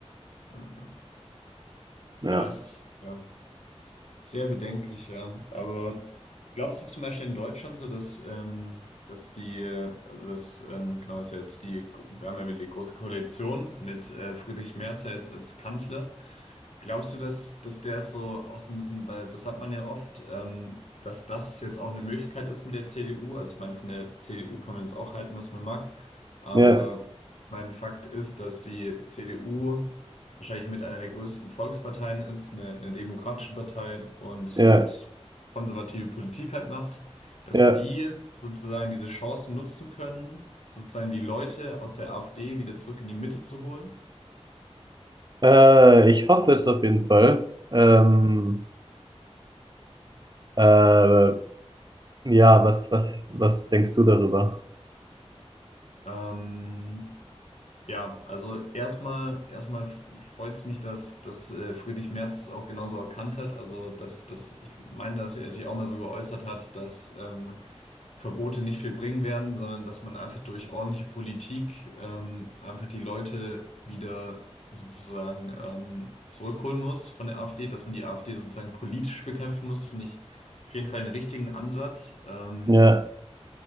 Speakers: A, on the left; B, on the right.
A: Ja. Ja.
B: Ja,
A: Ja. es- ja. Sehr bedenklich, ja. Aber glaubst du zum Beispiel in Deutschland so, dass, ähm, dass die, äh, also das, ähm, genau ist ja jetzt die, wir haben ja wieder die Große Koalition mit äh, Friedrich Merz ja jetzt als Kanzler. Glaubst du, dass, dass der so auch so ein bisschen, weil das hat man ja oft, ähm, dass das jetzt auch eine Möglichkeit ist mit der CDU? Also ich meine, von der CDU kann man jetzt auch halten, was man mag, aber
B: ja,
A: mein Fakt ist, dass die CDU wahrscheinlich mit einer der größten Volksparteien ist, eine, eine demokratische Partei und
B: ja,
A: halt konservative Politik halt macht, dass
B: ja.
A: die sozusagen diese Chancen nutzen können, sozusagen die Leute aus der AfD wieder zurück in die Mitte zu holen.
B: Äh, ich hoffe es auf jeden Fall. Ähm, äh, ja, was, was, was denkst du darüber?
A: Ähm, Ja, also erstmal, erstmal freut es mich, dass, dass äh, Friedrich Merz es auch genauso erkannt hat. Also, dass, dass ich meine, dass er sich auch mal so geäußert hat, dass ähm, Verbote nicht viel bringen werden, sondern dass man einfach durch ordentliche Politik ähm, einfach die Leute wieder sozusagen ähm, zurückholen muss von der AfD, dass man die AfD sozusagen politisch bekämpfen muss, finde ich auf jeden Fall einen richtigen Ansatz. Ähm,
B: Ja.